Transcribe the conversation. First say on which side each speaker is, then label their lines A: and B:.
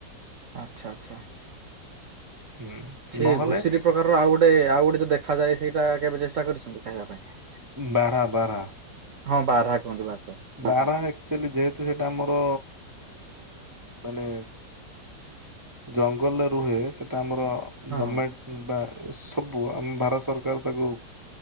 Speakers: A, on the right (about 60°); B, on the right (about 25°).
A: ଆଛା ଆଛା।
B: ହୁଁ।
A: ସେ
B: ନହେଲେ
A: ଘୁଷୀରି ପ୍ରକାରର ଆଉ ଗୋଟେ ଆଉ ଗୋଟେ ଯୋଉ ଦେଖାଯାଏ ସେଇଟା କେବେ ଚେଷ୍ଟା କରିଛନ୍ତି ଖାଇବା ପାଇଁ?
B: ବାରାହା ବାରାହା।
A: ହଁ ବାରହା କୁହନ୍ତି ବାସ ବାସ
B: ବାରା
A: ବାରହା।
B: ଆକ୍ଚୁଆଲି ଯେହେତୁ ସେଇଟା ଆମର ମାନେ ଜଙ୍ଗଲରେ ରୁହେ ସେଟା ଆମର
A: ହଁ
B: ଗମେଣ୍ଟ
A: ହଁ।
B: ବା ସବୁ ଆମ ଭାରତ ସରକାର ତାକୁ